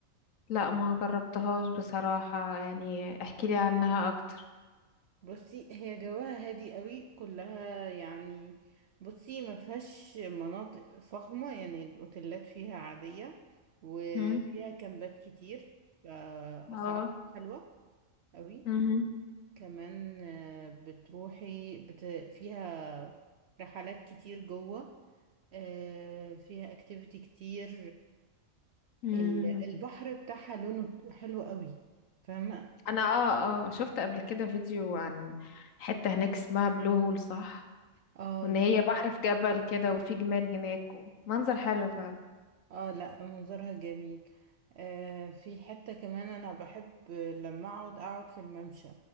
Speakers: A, on the left (about 75°); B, on the right (about 65°).
A: لا ما جربتهاش بصراحة يعني احكيلي عنها اكتر
B: بصي هي جواها هادي قوي كلها يعني بصي ما فيهاش مناطق فخمة يعني الاوتيلات فيها عادية وفيها
A: مم.
B: كامبات كتير فأسعارها
A: اه
B: حلوة قوي
A: مهم.
B: كمان آه، بتروحي بت... فيها رحلات كتير جوه آه، فيها اكتيفيتي كتير
A: مم.
B: ال- البحر بتاعها لونه حلو قوي فاهمة
A: انا اه اه شفت قبل كده فيديو عن حتة هناك اسمها بلو هول صح
B: اه
A: وان
B: البحر
A: هي بحر في جبل كده وفي جمال هناك منظر حلو فعلا
B: اه لا منظرها جميل آه في حتة كمان انا بحب لما اقعد اقعد في الممشى